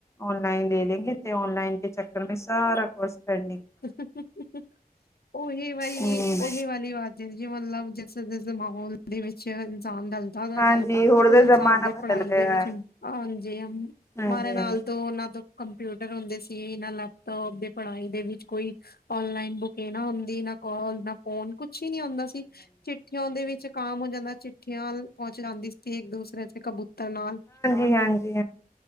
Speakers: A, on the left; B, on the left.
A: ਔਨਲਾਈਨ ਲੇ ਲੈਂਗੇੇ ਤੇ ਔਨਲਾਈਨ ਕੇ ਚੱਕਰ ਮੈਂ ਸਾਰਾ ਕੁਜ ਪੈਂਡ
B: <unintelligible> <unintelligible>
A: ਹਮ
B: ਜਿਸ-ਜਿਸ ਮਾਹੌਲ ਦੇ ਵਿੱਚ ਇਨਸਾਨ <unintelligible>
A: ਹਾਂਜੀ ਹੁਣ
B: <unintelligible>
A: ਦਾ ਜ਼ਮਾਨਾ ਬਦਲ ਗਿਆ ਹੈ ਹਾਂਜੀ ਹਾਂਜੀ
B: ਕੰਪਿਊਟਰ ਹੁੰਦੇ ਸੀ ਨਾ ਲੈਪਟੋਪ ਦੇ ਪੜ੍ਹਾਈ ਦੇ ਵਿੱਚ ਕੋਈ ਓਨਲਾਈਨ ਬੁਕ ਨਾ ਹੁੰਦੀ ਨਾ ਕੋਲ ਨਾ ਫੋਨ ਕੁਛ ਹੀ ਨੀ ਹੁੰਦਾ ਸੀ ਚਿੱਠੀਆਂਓ ਦੇ ਵਿੱਚ ਕਮ ਹੋ ਜਾਂਦਾ ਚਿਠੀਆਂ ਪਹੁੰਚ ਜਾਂਦੀ ਸੀ ਇੱਕ ਦੂਸਰੇ ਦੇ ਕਬੂਤਰ ਨਾਲ
A: ਹਾਂਜੀ ਹਾਂਜੀ